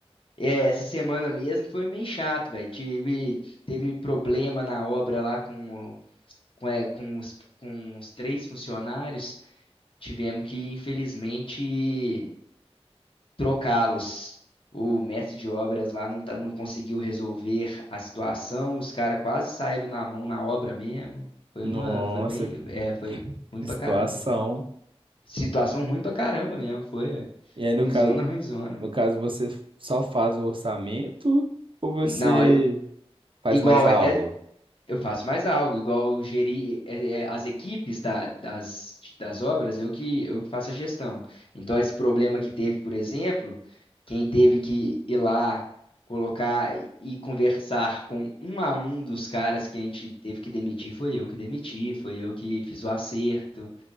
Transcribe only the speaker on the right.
nossa,
que,
que
situação.
E aí, no
caso,
no caso, você só faz o orçamento ou você
faz
mais algo?